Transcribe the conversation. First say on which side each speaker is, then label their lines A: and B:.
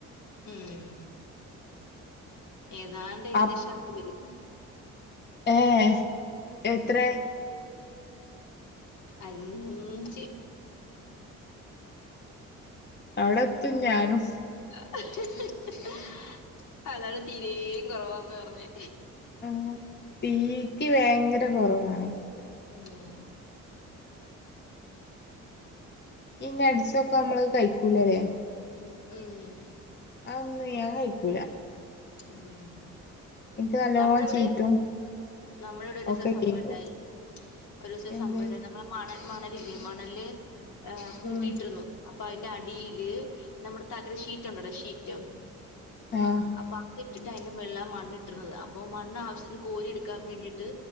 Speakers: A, on the left; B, on the left.
A: ഉം ഏതാണ്ട് ഏകദേശം
B: അപ്
A: അടുത്ത് വരും
B: ഏഹ് എത്ര?
A: അഞ്ച്
B: അവിടെ എത്തും ഞാനും.
A: ഹ ഹ ഹ അതാണ് തീരെ കുറവാന്ന് പറഞ്ഞേ
B: ആ തീറ്റി ഭയങ്കര കുറവാണ്.
A: ഉമ്
B: ഈ നട്സ് ഒക്കെ നമ്മള് കഴിക്കൂലല്ലേ
A: ഉമ്
B: അത് ഒന്നും ഞാൻ കഴിക്കൂല
A: ഉമ്
B: എനിക്ക് നല്ലോണം
A: നമ്മള ഇവിടെ
B: ചീറ്റും
A: നമ്മള ഇവിടെ ഒരു ദിവസം
B: ഒക്കെ
A: സംഭവണ്ടായി
B: കേക്കും
A: ഒരു ദിവസം
B: എന്ത്
A: സംഭവമുണ്ടായി നമ്മടെ മണൽ മണലില്ലേ മണല് കൂട്ടിയിട്ടിരുന്നു
B: ഉം
A: അപ്പൊ അതിന്റെ അടിയില് നമ്മുടെ തകര ഷീറ്റ് ഉണ്ടല്ലോ ഷീറ്റ്
B: ആഹ്
A: അപ്പൊ അത് ഇട്ടിട്ട് അതിന്റെ മുകളിൽ മണ്ണിട്ടിരുന്നത് അപ്പൊ മണ്ണു ആവശ്യത്തിന് കോരി എടുക്കാൻ വേണ്ടിയിട്ട്